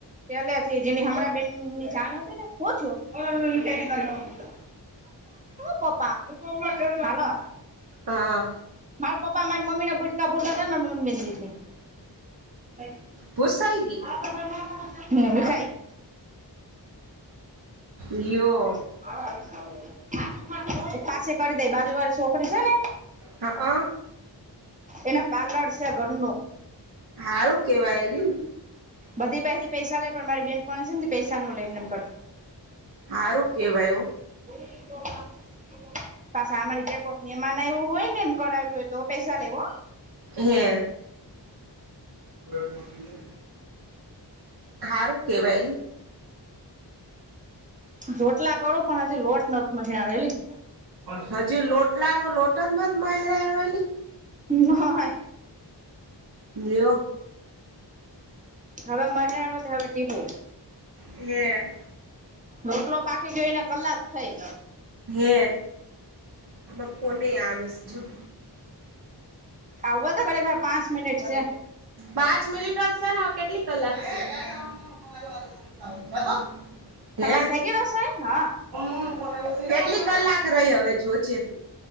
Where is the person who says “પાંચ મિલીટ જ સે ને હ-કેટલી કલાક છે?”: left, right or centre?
Right